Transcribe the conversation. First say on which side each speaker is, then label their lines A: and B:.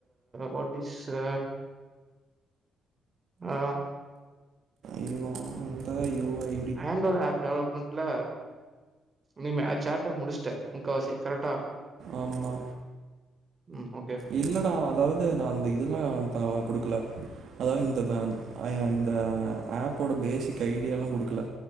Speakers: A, on the right (about 25°); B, on the right (about 60°).
A: வாட்டிஸ்சு ஆ
B: ஐயோ அந்த ஐயோ வை
A: ஆண்ட்டோடா ஆப் டெவலப் பண் ல்ல நீ மே சேட்ட முடிச்ட்ட முக்காவாசி கரெக்டா
B: ஆம்மா
A: ம் ஒ
B: இல்லடா அதாவது நா அந்த இதுதலா பரவா குடுக்கல அதாவ இந்த பே அ இந்த ஆப்போட பேசிக் ஐடியால்லா குடுக்கல